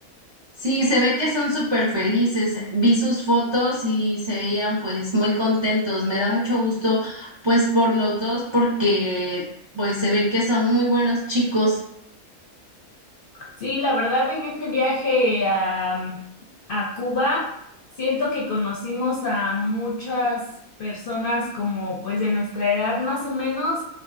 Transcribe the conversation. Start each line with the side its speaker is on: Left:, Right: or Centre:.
Right: Sí, se ve que son súper felices. Vi sus fotos y se veían pues muy contentos. Me da mucho gusto pues por los dos porque pues se ven que son muy buenos chicos.
Left: Sí, la verdad, en este viaje a, mm, a Cuba, siento que conocimos a muchas personas como pues de nuestra edad más o menos